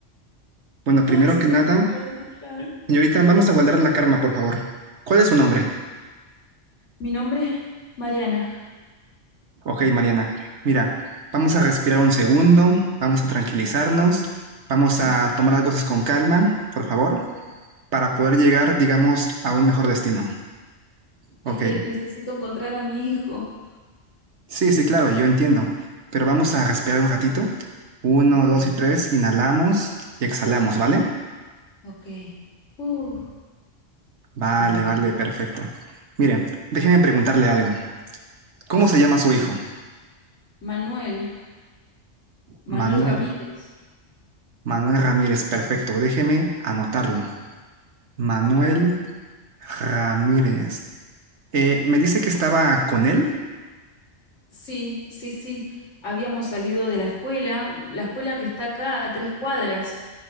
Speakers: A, on the right (about 70°); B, on the left (about 80°).
A: Bueno, primero
B: Ay, siento
A: que nada,
B: que me voy a desmayar.
A: señorita, vamos a guardar la calma, por favor. ¿Cuál es su nombre?
B: Mi nombre es Mariana.
A: Ok, Mariana. Mira, vamos a respirar un segundo, vamos a tranquilizarnos,
B: Sí,
A: vamos
B: sí.
A: a tomar las cosas con calma, por favor, para poder llegar, digamos, a un mejor destino. Ok.
B: Es que necesito encontrar a mi hijo.
A: Sí, sí, claro, yo entiendo. Pero vamos a respirar un ratito. Uno,
B: Ok,
A: dos y tres, inhalamos y exhalamos, ¿vale?
B: Ok. Uh,
A: Vale,
B: bien.
A: vale, perfecto. Mire, déjeme preguntarle algo. ¿Cómo
B: Sí.
A: se llama su hijo?
B: Manuel, Manuel
A: Manuel.
B: Ramírez.
A: Manuel Ramírez, perfecto. Déjeme anotarlo. Manuel Ramírez. Eh, ¿me dice que estaba con él?
B: Sí, sí, sí. Habíamos salido de la escuela, la escuela que está acá a tres cuadras,